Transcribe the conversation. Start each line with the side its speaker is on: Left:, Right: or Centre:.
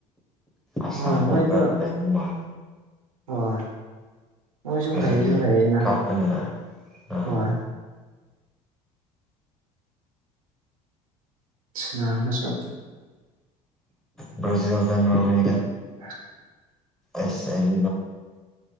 Centre: ꯑꯁꯂꯔ
Right: ꯍꯣꯏ ꯃꯣꯏꯁꯨ ꯍꯣꯏ ꯃꯣꯏꯁꯨ
Centre: ꯑꯗꯨꯒꯤ
Right: ꯍꯩꯁꯨ ꯍꯩꯩꯅ
Centre: ꯀꯥꯞꯄꯅꯦꯕ ꯑꯥ
Right: ꯍꯣꯏ ꯁꯅꯥꯁ
Centre: ꯕ꯭ꯔꯖꯤꯜꯒ ꯅꯣꯔꯃꯦꯦ
Right: ꯑ
Centre: ꯑꯁ ꯏ